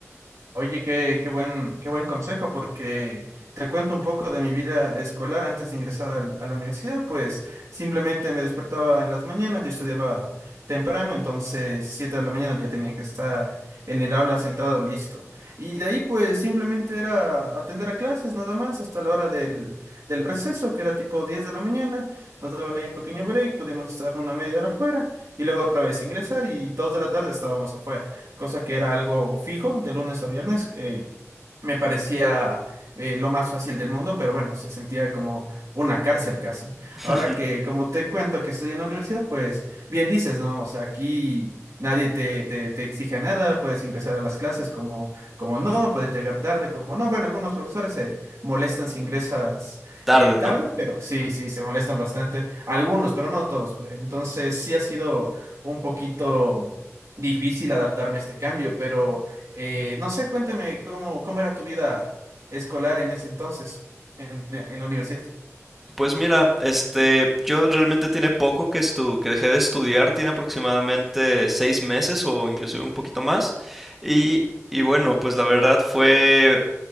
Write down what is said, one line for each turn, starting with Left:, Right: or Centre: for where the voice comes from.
Right: Oye, qué, qué buen, qué buen consejo, porque te cuento un poco de mi vida escolar antes de ingresar al- a la universidad, pues simplemente me despertaba en las mañanas, yo estudiaba temprano, entonces 7 de la mañana ya tenía que estar en el aula sentado listo. Y de ahí pues simplemente era atender a clases nada más hasta la hora del, del receso, que era tipo 10 de la mañana, nos daban ahí un pequeño break, podíamos estar una media hora afuera y luego otra vez ingresar y 2 de la tarde estábamos afuera cosa que era algo fijo de lunes a viernes. eh, me parecía eh, lo más fácil del mundo, pero bueno, se sentía como una cárcel casi.
Centre: <laughs>
Right: Ahora que, como te cuento que estoy en la universidad, pues bien dices, ¿no? O sea, aquí nadie te, te, te exige nada, puedes ingresar a las clases como, como no, puedes llegar tarde, como no. Bueno, algunos profesores se molestan si ingresas
Centre: Tarde,
Right: eh, tarde,
Centre: ¿no?
Right: pero sí, sí, se molestan bastante. Algunos, pero no todos. pues. Entonces, sí ha sido un poquito difícil adaptarme a este cambio, pero... Eh, no sé, cuéntame cómo, cómo era tu vida escolar en ese entonces, en, en la universidad.
Centre: Pues mira, este, yo realmente tiene poco que estu que dejé de estudiar, tiene aproximadamente seis meses o inclusive un poquito más. Y, y bueno, pues la verdad fue